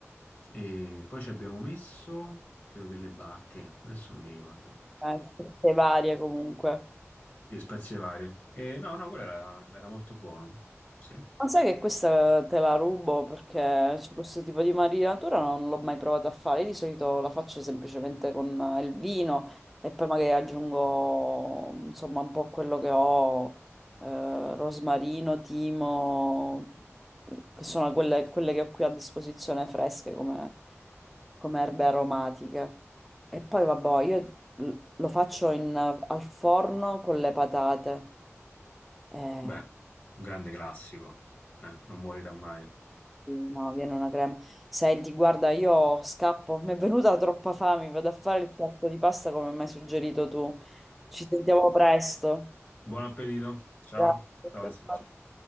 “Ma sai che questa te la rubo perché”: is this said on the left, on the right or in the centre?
Centre